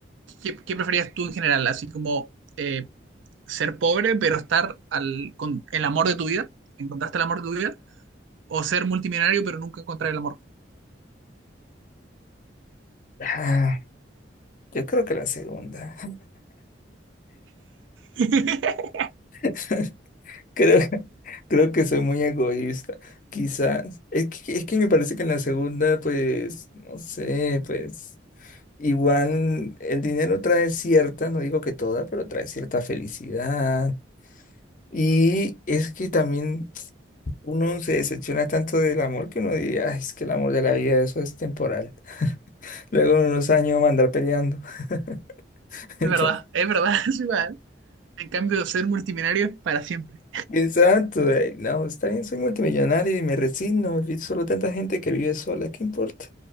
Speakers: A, on the right (about 85°); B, on the left (about 45°).
A: ¿Qué, qué preferías tú en general? Así como eh, ser pobre, pero estar al, con el amor de tu vida. ¿Encontraste el amor de tu vida? O ser multimillonario, pero nunca encontrar el amor.
B: Ah, yo creo que la segunda.
A: <laughs>
B: <laughs> Creo, <laughs> creo que soy muy egoísta. Quizás. Es que, es que me parece que en la segunda, pues, no sé, pues, igual el dinero trae cierta, no digo que toda, pero trae cierta felicidad. Y es que también uno se decepciona tanto del amor que uno diría, "Ay, es que el amor de la vida, eso es temporal. Luego en unos años va a andar peleando. <laughs>
A: Es
B: entonces
A: verdad, es verdad, <laughs> es igual. En cambio, ser multimillonario es para siempre.
B: Exacto, eh, No, está bien, soy multimillonario y me resigno. Vi solo tanta gente que vive sola, ¿qué importa?